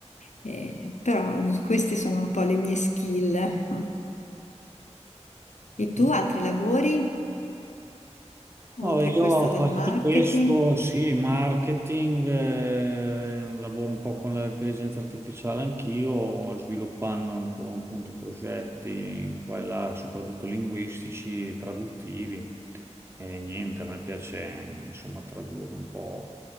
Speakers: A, on the left; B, on the right.
A: Eh, però queste sono un po' le mie skill. E tu
B: Mm.
A: altri lavori
B: No,
A: oltre
B: io
A: a questo del
B: faccio
A: marketing?
B: questo, sì, marketing, eh, lavoro un po' con l'intelligenza artificiale anch'io, sviluppando ancora un punto progetti qua e là, soprattutto linguistici, traduttivi. E niente, a me piace insomma tradurre un po',